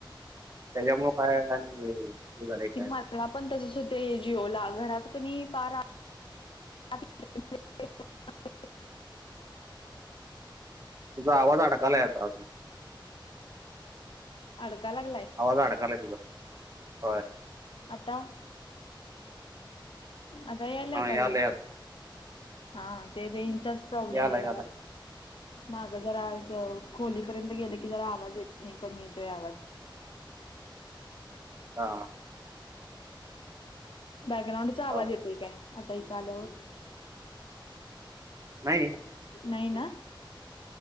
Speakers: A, on the right; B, on the left.
A: त्याच्यामुळ काय आणि हे झालंय काय
B: माला पण तसच होतय जिओला घरात कनी पारा <unintelligible>
A: <inaudible> तुजा आवाज अडकाला यता अजून
B: अडका लागलाय
A: आवाज अडकालाय तुझा होय
B: आता आता यालाय
A: हा
B: का वेळ
A: आता
B: हा ते रेंजचच प्रॉब्लेम
A: यालाय
B: आहे.
A: यालाय
B: माग जरा खोलीपर्यंत गेलं की जरा आवाज येत नही, कमी येत ते आवाज
A: हा!
B: बॅकग्राउंडचा आवाज
A: हा
B: येतोय काय, आता इथं आल्यावर
A: नाही.
B: नाहीई ना.